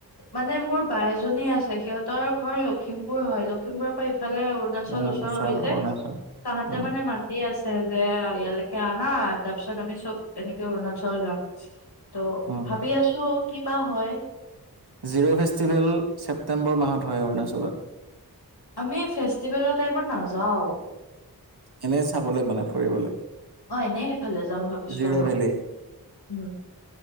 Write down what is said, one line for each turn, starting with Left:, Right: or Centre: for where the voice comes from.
Left: মানে মোৰ বাইজনী আছে সিহঁত ৰ ঘৰ লখিমপুৰ হয় লখিমপুৰৰ পৰা ইফালে অৰুণাচল
Right: উম,
Left: ওচৰ হৈ যে
Right: অৰুণাচল।
Left: তাহাঁতে
Right: উম,
Left: মানে মাটি আছে যে ইয়ালৈকে আহা তাৰপিছত আমি চব এনেকে অৰুণাচল যাম ত'
Right: উম,
Left: ভাবি আছো কিবা হয়
Right: জিৰ' ফেষ্টিভেল ছেপ্টেম্বৰ মাহত হয় অৰুণাচলত
Left: আমি ফেষ্টিভেলৰ টাইমত নাযাওঁ
Right: এনে চাবলে মানে ফুৰিবলে
Left: অ এনেই সেইফালে যাম ভাবিছো
Right: জিৰ'
Left: আৰু
Right: ভেলি
Left: উম